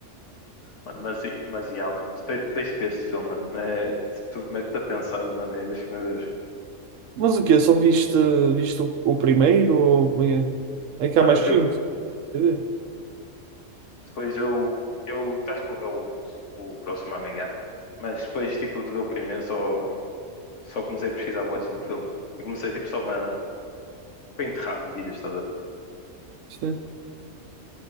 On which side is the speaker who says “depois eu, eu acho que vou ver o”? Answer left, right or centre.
Left